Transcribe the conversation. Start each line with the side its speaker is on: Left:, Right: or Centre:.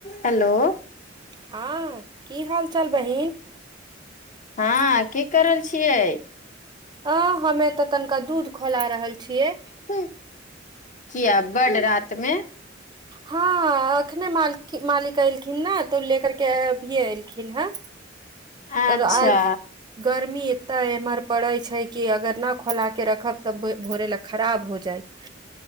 Left: हेलो
Right: हँ की हाल चाल बहिन
Left: हँ की कर रहल छियै
Right: अ हमे तऽ तनिका दूध खौला रहल छियै
Left: ह किया बड रातमे
Right: हँ एखने मालकि मालिक एलखिन न तऽ लेकरके अभिये एलखिन हे
Left: अच्छा
Right: त आज गर्मी एता य एम्हर पड़ै छै कि अगर ना खौलाके रखब तऽ भोरे लए खराब हो जाइ